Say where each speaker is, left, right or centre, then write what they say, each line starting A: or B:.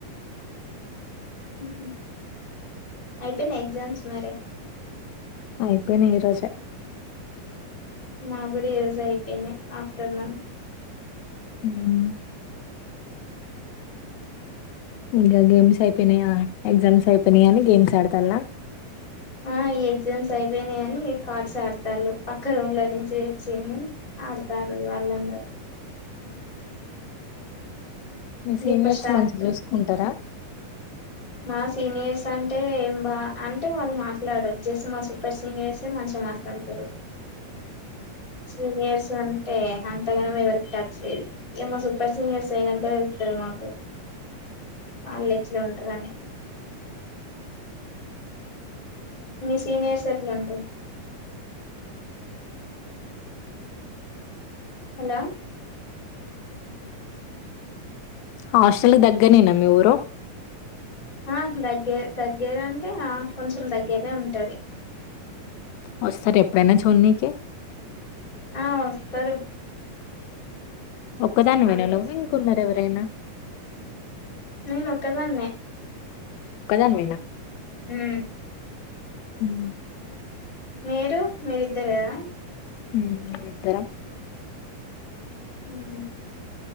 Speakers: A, on the left; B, on the left.
A: ఉహు అయితే నా ఎగ్జామ్స్ ను రాయ్
B: అయిపోయినాయ్ ఈ రోజే
A: నా కూడా ఈ రోజే అయిపోయినాయ్ ఆఫ్టర్నూన్
B: ఉమ్ ఇంకా గేమ్స్ అయిపోయినాయా ఎగ్జామ్స్ అయిపోయినాయని గేమ్స్ ఆడతావ
A: ఆ ఎగ్జామ్స్ అయిపోయినాయని కార్డ్స్ ఆడతానా పక్క రూంలో నుంచి వచ్చిని ఆడతానా వాళ్ళన్నారు
B: మీ సీనియర్స్
A: ఇప్పుడు స్టార్ట్
B: మంచిగా చూసుకుంటారా
A: మా సీనియర్స్ అంటే ఏం బా అంటే వాళ్ళు మాట్లాడరు జస్ట్ మా సూపర్ సీనియర్స్ మంచి మాట్లాడతారు సూపర్ సన్ అంటే అంతగానే ఎవరికి టచ్ లేదు ఇక మా సూపర్ సీనియర్స్ ఏమైనా అంటే తెలుస్తాది మాకు వాళ్ళ ఎట్ల ఉంటరనీ మీ సీనియర్స్ ఎట్లుంటరు హలో
B: హాస్టల్ దగ్గరనేనా మీ ఊరు
A: ఆ దగ్గ దగ్గర అంటే ఆ కొంచెం దగ్గరే ఉంటది
B: వస్తారా ఎప్పుడైనా చూడన్నీకి
A: ఆ వస్తారు
B: ఒక్కదాన్నివే
A: వాళ్ళు
B: వెళ్ళాలా ఇంకన్నారా ఎవరైనా
A: నేనొక్కదాన్నే
B: ఒక్కదానివే నా
A: ఉమ్
B: ఉమ్
A: మీరు మీరిద్దరేయా
B: ఉమ్ ఇద్దరం
A: మ్హు